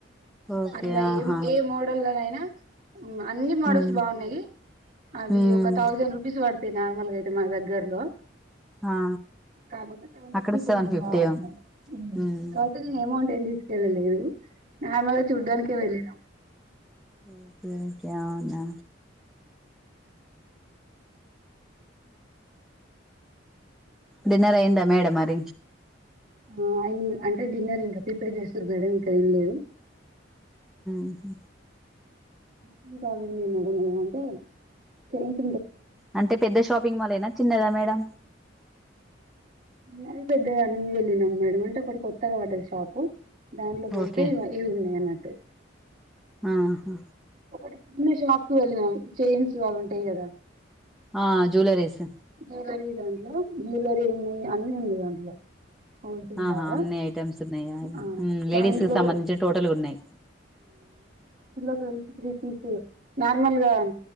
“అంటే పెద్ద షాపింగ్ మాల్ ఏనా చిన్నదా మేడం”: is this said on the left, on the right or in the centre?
Centre